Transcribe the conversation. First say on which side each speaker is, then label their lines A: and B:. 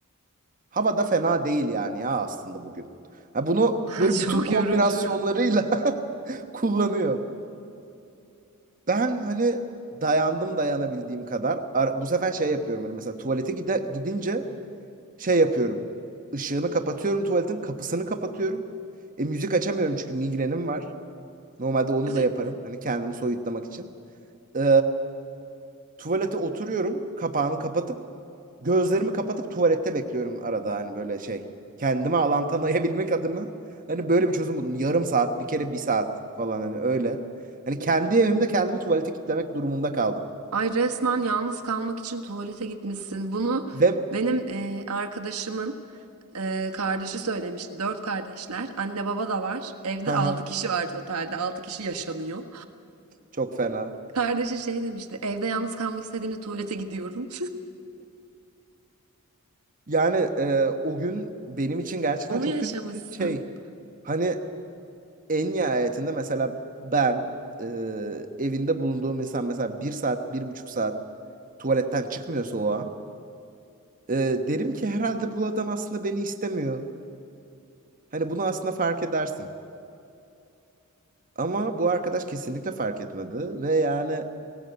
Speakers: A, on the right; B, on the right.
A: Hava da fena değil yani ya aslında bugün. Ha, bunu
B: <laughs>
A: böyle
B: Ay, Çok
A: bütün kombinasyonlarıyla
B: yorucu.
A: <laughs> kullanıyor. Ben hani dayandım dayanabildiğim kadar. Ara- Bu sefer şey yapıyorum hani mesela tuvalete gide gidince şey yapıyorum. Işığını kapatıyorum tuvaletin kapısını kapatıyorum. E müzik açamıyorum çünkü migrenim var. Normalde onu
B: <laughs>
A: da yaparım. Hani kendimi soyutlamak için. Ee, tuvalete oturuyorum. Kapağını kapatıp gözlerimi kapatıp tuvalette bekliyorum arada hani böyle şey. Kendime alan tanıyabilmek adına hani böyle bir çözüm buldum. Yarım saat, bir kere bir saat falan hani öyle. Hani kendi evimde kendimi tuvalete kitlemek durumunda kaldım.
B: Ay resmen yalnız kalmak için tuvalete gitmişsin. Bunu
A: Ve
B: benim e, arkadaşımın e, kardeşi söylemişti. Dört kardeşler. Anne baba da var. Evde
A: haha
B: altı kişi var totalde. Altı kişi yaşanıyor.
A: çok fena.
B: Kardeşi şey demişti. Evde yalnız kalmak istediğimde tuvalete gidiyorum.
A: Yani e, o gün benim için gerçekten
B: <laughs>
A: çok
B: Onu yaşamışsın.
A: kötü bir şey. Hani en nihayetinde mesela ben e, evinde bulunduğum insan mesela bir saat, bir buçuk saat tuvaletten çıkmıyorsa o an e, derim ki herhalde bu adam aslında beni istemiyor. Hani bunu aslında fark edersin. Ama bu arkadaş kesinlikle fark etmedi ve yani